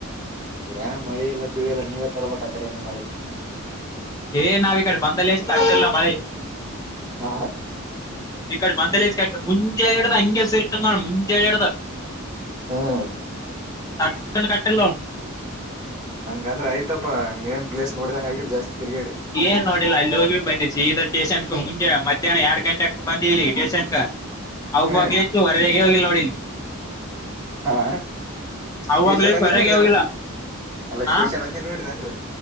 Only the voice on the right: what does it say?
ಯ್ಯಾ ಮಳಿಲ್ಲ ಪೀಳಿಯಲ್ಲ ನೀವೇ ತರಬೇಕ ಅಕಡಿಯಿಂದ ಮಳಿ
ಹ
ಹ್ಮ್
ಹಂಗಂದ್ರ ಆಯ್ತಪ್ಪಾ ನೀವೇನ್ ಪ್ಲೇಸ್ ನೋಡಿದಂಗ ಆಗಿಲ್ಲ ಜಾಸ್ತಿ ತಿರ್ಗಾಡಿ
ಹ್ಮ್
ಹಾ
ಸ್ಟೇಷನ್ ಒಂದೇ
ನೋಡಿದಾನ
ಅಲ್ಲ
ಸ್ಟೇಷನ್ ಒಂದೇ ನೋಡ್ರಿ ಅಂದ್ರ